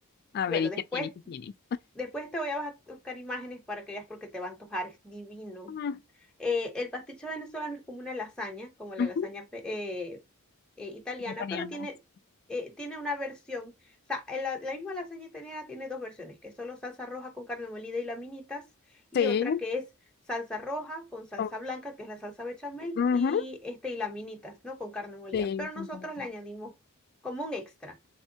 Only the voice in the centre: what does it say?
Bueno,
después,
después te voy a buscar imágenes para que veas porque te va a antojar, es divino.
Eh, el pasticho venezolano es como una lasaña, como la
lasaña pe- eh, eh, italiana,
pero tiene, eh, tiene una versión, o sea, en la, la misma lasaña italiana tiene dos versiones, que es solo salsa roja con carne molida y laminitas, y
otra que es salsa roja con salsa
blanca, que es la salsa bechamel,
y, este, y laminitas, ¿no? Con carne molida.
Pero nosotros
le añadimos como un extra.